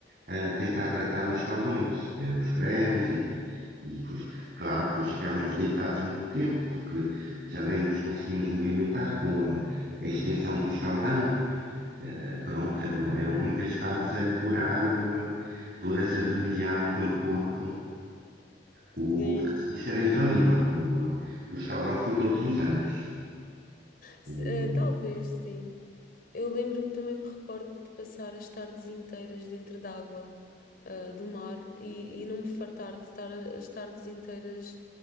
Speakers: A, on the right (about 55°); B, on the left (about 55°).
A: a tentar tratar os calões, eh, os cremes e, e pois, claro, pois ficávamos deitados muito tempo porque já nem nos conseguíamos movimentar com a, a extensão do escaldão. Eh, Pronto, eram, eram muitas tardes a curar o, eh, toda essa vermelhão pelo corpo o,
B: Sim.
A: porque isso era infalível. O, o escaldão foi todos os anos.
B: Se-
A: O,
B: eh, talvez, sim. Eu lembro-me, também me recordo de passar as tardes inteiras dentro d'água. ah, do mar e, e não me fartar de estar a- as tardes inteiras